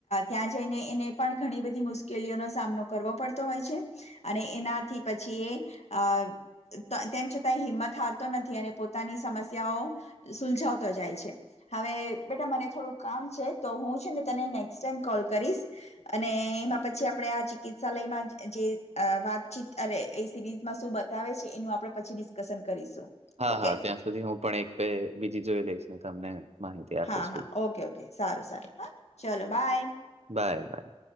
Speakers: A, on the left; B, on the right.
A: ત્યાં જઈને એને પણ ઘણી બધી મુશ્કેલીઓનો સામનો કરવો પડતો હોય છે અને એનાથી પછી એ આ તેમ છતાંય હિંમત હારતો નથી અને પોતાની સમસ્યાઓ સુલજાવતો જાય છે. હવે બેટા મને થોડુંક કામ છે તો હું છે ને તને નેક્સ્ટ ટાઈમ કોલ કરીશ. અને એમાં પછી આપણે આ ચિકિત્સાલયમાં જે વાતચીત અરે એ સિરીઝમાં શું બતાવે છે એનું આપડે પછી ડિસ્કશન કરીશું.
B: હા,
A: ઓકે
B: હા ત્યાં સુધી હું પણ એક બે બીજી જોઈ લઈશ ને તમને માહિતી આપીશ
A: હા, હા,
B: પછી.
A: ઓકે, ઓકે, સારું સારું, હા ચલો, બાય.
B: Bye by.